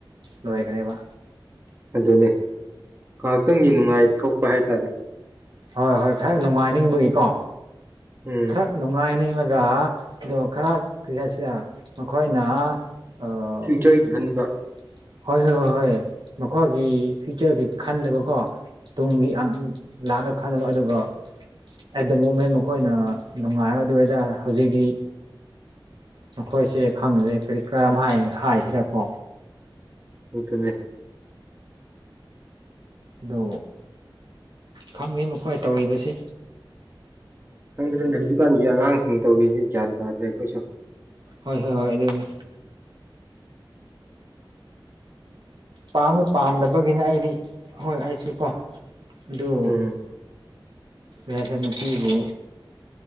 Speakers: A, on the right; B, on the right.
A: ꯂꯣꯏꯈꯅꯦꯕ
B: ꯑꯗꯨꯅꯦ ꯉꯥꯏꯍꯥꯛꯇꯪꯒꯤ ꯅꯨꯡꯉꯥꯏ ꯊꯣꯛꯄ ꯍꯥꯏꯇꯥꯔꯦ
A: ꯍꯣꯏ ꯍꯣꯏ ꯈꯔ ꯅꯨꯡꯉꯥꯏꯅꯤꯡꯕꯒꯤꯀꯣ
B: ꯎꯝ
A: ꯈꯔ ꯅꯨꯡꯉꯥꯏꯅꯤꯡꯉꯒ ꯑꯣ ꯈꯔ ꯀꯔꯤ ꯍꯥꯏꯁꯦ ꯃꯈꯣꯏꯅ ꯑ
B: ꯐ꯭ꯌꯨꯆꯔꯒꯤ
A: ꯑꯗꯨꯝ
B: ꯈꯟꯕ
A: ꯍꯣꯏ ꯍꯣꯏ ꯍꯣꯏ ꯍꯣꯏ ꯃꯈꯣꯏꯒꯤ ꯐꯤꯌꯨꯆꯔꯒꯤ ꯈꯟꯗꯕꯀꯣ ꯇꯨꯡꯒꯤ ꯑ ꯂꯥꯛꯅ ꯈꯟꯅꯕ ꯑꯗꯨꯒ ꯑꯦꯠ ꯗ ꯃꯣꯃꯦꯟ ꯃꯈꯣꯏꯅ ꯅꯨꯡꯉꯥꯏ ꯑꯗꯨ ꯑꯣꯏꯇꯥꯔ ꯍꯧꯖꯤꯛꯛꯇꯤ ꯃꯈꯣꯏꯁꯦ ꯈꯪꯗ꯭ꯔꯦ ꯀꯔꯝ ꯍꯥꯏꯁꯤꯔꯀꯣ
B: ꯍꯇꯅꯦ
A: ꯑꯗꯨ ꯈꯪꯒꯦ ꯃꯈꯣꯏ ꯇꯧꯔꯤꯕꯁꯦ
B: ꯈꯪꯗ꯭ꯔꯦꯅꯦ ꯍꯧꯖꯤꯛꯀꯥꯟꯒꯤ ꯑꯉꯥꯡꯁꯤꯡ ꯇꯧꯕꯤꯁꯤ ꯒ꯭ꯌꯥꯟ ꯇꯥꯗ꯭ꯔꯦ ꯑꯩꯈꯣꯏꯁꯨ
A: ꯍꯣꯏ ꯍꯣꯏ ꯍꯣꯏ ꯑꯗꯨꯣꯏꯅꯤ ꯄꯥꯝꯃꯦ ꯄꯥꯝꯗꯕꯒꯤꯅ ꯑꯩꯗꯤ ꯍꯣꯏ ꯑꯩꯁꯨ ꯀꯣ ꯑꯗꯨ
B: ꯎꯝ
A: ꯔꯁ ꯅꯨꯨꯄꯤꯕꯨ